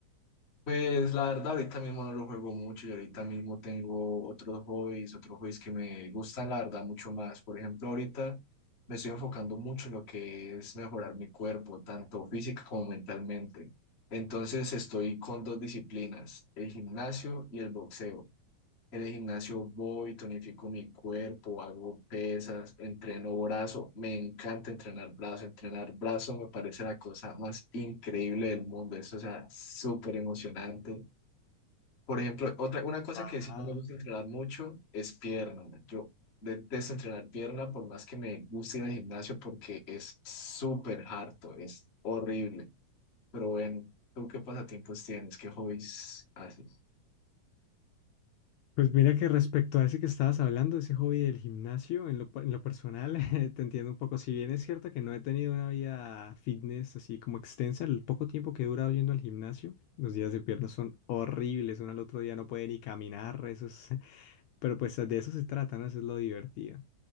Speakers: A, on the left; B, on the left.
A: Pues la verdad, ahorita mismo no lo juego mucho y ahorita mismo tengo otros hobbies, otros hobbies que me gustan, la verdad, mucho más. Por ejemplo, ahorita me estoy enfocando mucho en lo que es mejorar mi cuerpo, tanto física como mentalmente. Entonces estoy con dos disciplinas, el gimnasio y el boxeo. En el gimnasio voy, tonifico mi cuerpo, hago pesas, entreno brazo. Me encanta entrenar brazo. Entrenar brazo me parece la cosa más increíble del mundo. Eso, o sea, súper emocionante. Por ejemplo, otra, una cosa
B: Wow.
A: que sí no me gusta entrenar mucho es pierna. Yo detesto entrenar pierna por más que me guste ir al gimnasio porque es súper harto, es horrible. Pero bueno, ¿tú qué pasatiempos tienes? ¿Qué hobbies haces?
B: Pues mira que respecto a ese que estabas hablando, ese hobby del gimnasio, en lo, pe- en lo personal, <laughs> te entiendo un poco. Si bien es cierto que no he tenido una vida fitness así como extensa, el poco tiempo que he durado yendo al gimnasio, los días de piernas son horribles, uno al otro día no puede ni caminar, eso es- <laughs> pero pues de eso se trata, ¿no? Eso es lo divertido.